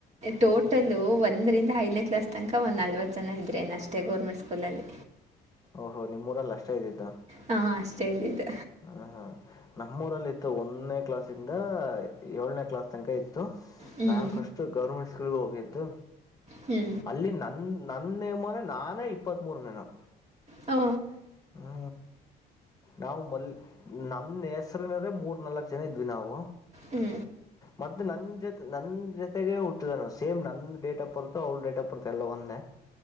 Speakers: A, on the right; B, on the left.
A: ಟೋಟಲು ಒಂದರಿಂದ ಐದನೇ ಕ್ಲಾಸ್ ತನಕ ಒಂದ ನಲ್ವತ್ತು ಜನ ಇದ್ರೆ ಅಷ್ಟೇ ಗೋರ್ಮೆಂಟ್ ಸ್ಕೂಲಲ್ಲಿ
B: ಓಹೋ ನಿಮ್ಮ್ೂರಲ್ಲ ಅಷ್ಟ ಇದ್ದಿದ್ದ
A: ಹಾ ಅಷ್ಟೇ ಇದ ಇದು
B: ಹ ಹಾ ನಮ್ಮೂಊರಲ್ಲಿ ಇತ್ತು ಒಂದನೇ ಕ್ಲಾಸ್ಂದ ಏಳನೇ ಕ್ಲಾಸ್ ತನಕ ಇತ್ತು
A: ಹ್ಞೂ
B: ಮ್ಯಾಮ್ ಫಸ್ಟ್ ಗೌರ್ಮೆಂಟ್ ಸ್ಕೂಲ್ಗೆ ಹೋಗಿದ್ದು
A: ಹ್ಞೂ
B: ಅಲ್ಲಿ ನನ್ ನನ್ನೇಮ್ಮನೆ ನಾನೇ ಇಪ್ಪತ್ ಮೂೂರ ನೇನು
A: ಹಓ
B: ಹೂ ನಾವು ಮಲ್ ನನ್ನ ಹೆಸರಿನ್ರೆ ಮೂರ್ ನಾಲ್ಕ್ು ಜನ ಇದ್ವಿ ನಾವು
A: ಹೂ
B: ಮತ್ತೆ ನನ್ ಜೊತೆ ನನ್ ಜೊತೆಗೆ ಹುಟ್ಟಿದಾನ ಸೇಮ್ ನನ್ ಡೇಟ್ ಆಫ್ ಬರುತ್ತೋ ಅವ್ರ ಡೇಟ್ ಆಫ್ ಬರುತ್ತೋ ಎಲ್ಲ ಒಂದೆ